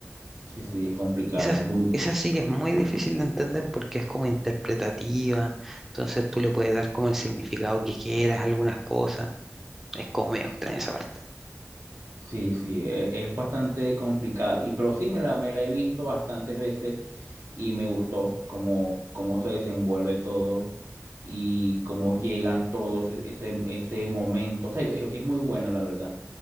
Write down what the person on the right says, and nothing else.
Sí, sí, es complicada,
muy...
buena.
Sí, sí, e- es, bastante complicado. Y pero sí me la, me la he visto bastantes veces y me gustó cómo, cómo se desenvuelve todo y cómo llegan todos ese, ese, ese momento. O sea, es, es muy buena la verdad.